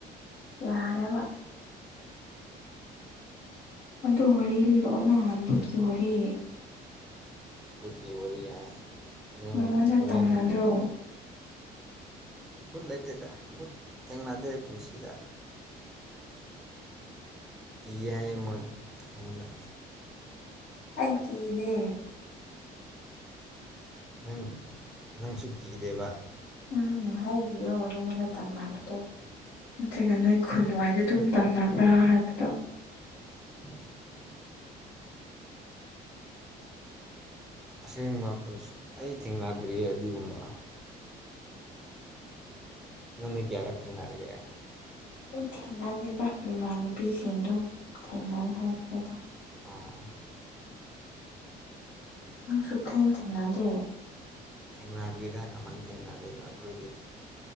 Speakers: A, on the left; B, in the centre.
A: ꯌꯥꯔꯦꯕ ꯑꯗꯨ ꯋꯥꯔꯤ ꯂꯤꯔꯛꯑꯣ ꯚꯨꯠꯀꯤ ꯋꯥꯔꯤ
B: ꯕꯨꯀꯤ ꯋꯥꯔꯤ ꯍꯥꯏ ꯅꯪ
A: ꯅꯉꯣꯟꯗ
B: ꯍꯣꯔꯦꯟ
A: ꯇꯝꯅꯗ꯭ꯔꯣ
B: ꯨꯚꯨꯠ ꯂꯩꯇꯦꯗꯥ ꯚꯨꯠ ꯊꯦꯡꯅꯗꯦ ꯄꯨꯟꯁꯤꯗ ꯀꯤꯌꯦ ꯍꯥꯢꯌꯦ ꯃꯣꯢ ꯑꯩꯉꯣꯟꯗ
A: ꯑꯩ ꯀꯤꯗꯦ
B: ꯅꯪ ꯅꯪꯁꯨ ꯀꯤꯗꯦꯕ
A: ꯎꯝ ꯍꯥꯢꯕꯤꯌꯣ ꯅꯉꯣꯟꯗ ꯇꯝꯅꯕꯗꯣ ꯅꯠꯇ꯭ꯔꯒ ꯅꯣꯏ ꯈꯨꯟꯋꯥꯏꯗ ꯑꯗꯨꯝ ꯇꯝꯅꯕ꯭ꯔꯥ ꯍꯥꯏꯕꯗꯣ
B: <inaudible> ꯑꯁꯦꯡꯕ ꯄꯨꯟꯁꯤ ꯑꯩ ꯊꯦꯡꯅꯗ꯭ꯔꯤꯌꯦ ꯑꯗꯨꯒꯨꯝꯕ ꯅꯪꯅꯤ ꯀꯌꯥꯔꯛ ꯊꯦꯡꯅꯔꯒꯦ
A: ꯑꯗꯨꯝ ꯊꯦꯡꯅꯗꯦꯗ ꯏꯃꯥꯟꯅꯕꯤꯁꯤꯡꯗꯨꯝ ꯊꯦꯡꯅꯩ ꯍꯥꯏꯕꯅꯤꯗ
B: ꯑꯣ
A: ꯅꯪ ꯁꯨꯛ ꯊꯦꯡ ꯊꯦꯡꯅꯗꯦ
B: ꯊꯦꯡꯅꯗꯦꯗ ꯀꯃꯥꯏꯅ ꯊꯦꯡꯅꯗꯣꯏꯅꯣ ꯑꯩꯈꯣꯏꯗꯤ